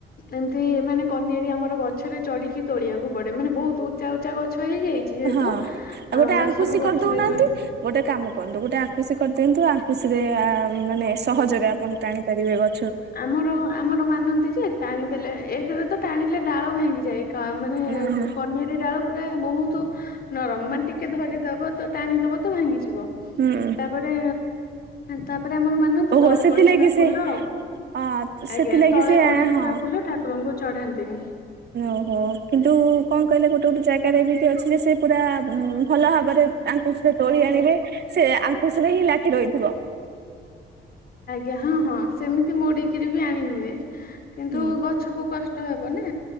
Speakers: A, on the left (about 50°); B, on the right (about 55°).
A: ଏମିତି ମାନେ କନିଆରି ଆମର ଗଛରେ ଚଢିକି ତୋଳିବାକୁ ପଡେ ମାନେ ବହୁତ ଉଚା ଉଚା ଗଛ ହେଇଯାଇଛି ଯେହେତୁ
B: ହଁ ଆଉ
A: ଅ
B: ଗୋଟେ ଆଙ୍କୁଶି
A: ସବୁ ଗଛରେ
B: କରିଦଉନାହାନ୍ତି
A: ଚଢି
B: ଗୋଟେ କାମ କନ୍ତୁ ଗୋଟେ ଆଙ୍କୁସି କରିଦିଅନ୍ତୁ ଆଙ୍କୁସିରେ ଆ ମାନେ ସହଜରେ ଆପଣ ଟାଣି ପାରିବେ ଗ
A: ଆମର ଆମର ମାନନ୍ତି ଯେ ଟାଣିଦେଲେ ଏକରେ ତ ଟାଣିଲେ ଡାଳ ଭାଙ୍ଗିଯାଏ ମାନେ
B: ଉଁ ହୁଁ
A: କନିର ଡାଳ ପୁରା ବହୁତ ନରମ ମାନ ଟିକେ ଧରିଦବ ତ ଟାଣିଦବ ତ ଭାଙ୍ଗିଯିବ
B: ହୁଁ
A: ତାପରେ ତା ତାରେ ଆମର ମାନନ୍ତି
B: ଓହୋ
A: ତଳେ
B: ସେଥିଲାଗି
A: ପଡିଥିବା
B: ସେ
A: ଫୁଲ
B: ଅ ସେଥିଲାଗି
A: ଆଜ୍ଞା ତଳେ
B: ସେ
A: ପଡିଥିବା
B: ହଁ
A: ଫୁଲ ଠାକୁର <unintelligible> ଙ୍କୁ ଚଢାନ୍ତିନି
B: ଓହୋ କିନ୍ତୁ କଣ କହିଲେ ଗୋଟେ ଗୋଟେ ଜାଗାରେ ଏମିତି ଅଛି ଯେ ସେ ପୁରା ଭଲ ଭାବରେ ତାଙ୍କୁଶରେ ତୋଳି ଆଣିଲେ ସେ ଆଙ୍କୁଶରେ ହିଁ ଲାଖି ରହିଥିବ।
A: ଆଜ୍ଞା ହଁ ହଁ ସେମିତି ମୋଡି କିରି ବି ଆଣି ହୁଏ। କିନ୍ତୁ
B: ହୁଁ।
A: ଗଛ କୁ କଷ୍ଟ ହେବ ନା